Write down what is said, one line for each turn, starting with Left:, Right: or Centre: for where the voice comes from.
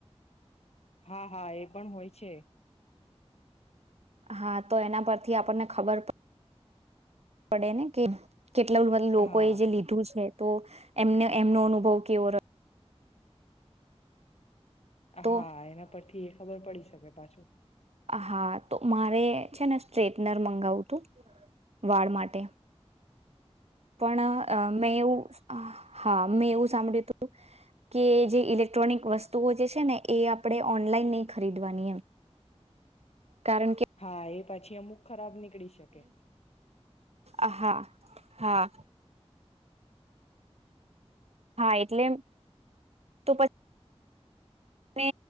Left: હા હા એ પણ હોય છે
Right: હા તો એના પરથી આપણને ખબર પડે ને કે કેટલા વન લોકો
Left: હા
Right: એ જે લીધું છે તો એમને એમનો અનુભવ કેવો રયો તો
Left: હા એના પરથી એ ખબર પડી શકે પાછું
Right: હા તો મારે છે ને સ્ટ્રેટનર મંગાવું તું વાળ માટે પણઅ મેં એવું હા મેં એવું સાંભળ્યું હતું કે જે ઇલેક્ટ્રોનિક વસ્તુઓ જે છે ને એ આપણે ઓનલાઈન નહી ખરીદવાની એમ કારણ કે
Left: હા એ પાછી અમુખ ખરાબ નીકડી શકે
Right: હ હા હા હા એટલે તો પછી મે